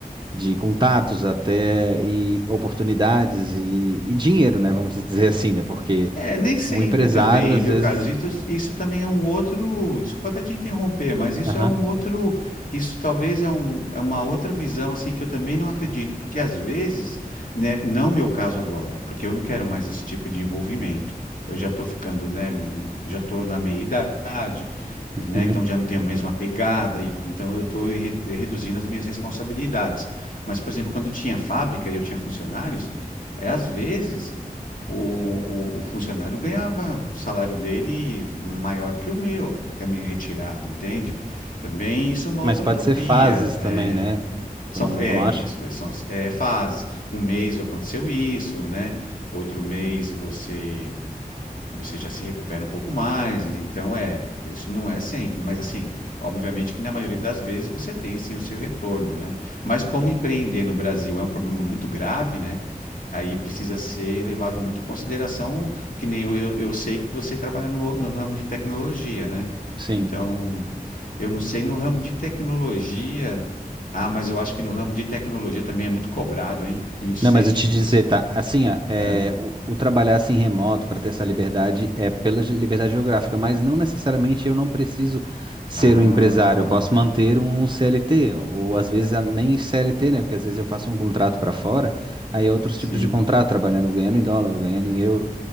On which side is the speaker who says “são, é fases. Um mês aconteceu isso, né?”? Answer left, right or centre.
Left